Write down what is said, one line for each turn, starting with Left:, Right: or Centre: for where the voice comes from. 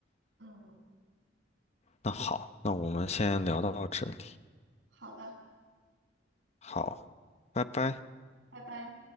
Right: 嗯，
Left: 那好，那我们先聊到这里，
Right: 好的，
Left: 好，拜拜。
Right: 拜拜。